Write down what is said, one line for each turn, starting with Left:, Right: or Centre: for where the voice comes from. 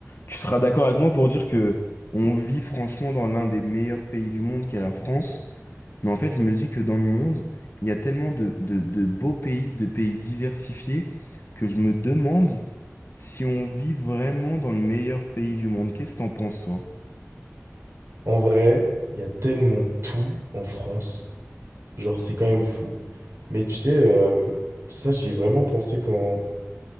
Left: Tu seras d'accord avec moi pour dire que on vit franchement dans l'un des meilleurs pays du monde qu'est la France, mais en fait, je me dis que dans le monde, il y a tellement de, de, de beaux pays, de pays diversifiés, que je me demande si on vit vraiment dans le meilleur pays du monde. Qu'est-ce que t'en penses, toi?
Right: En vrai, il y a tellement tout en France. Genre, c'est quand même fou. Mais tu sais, euh, ça, j'y ai vraiment pensé quand...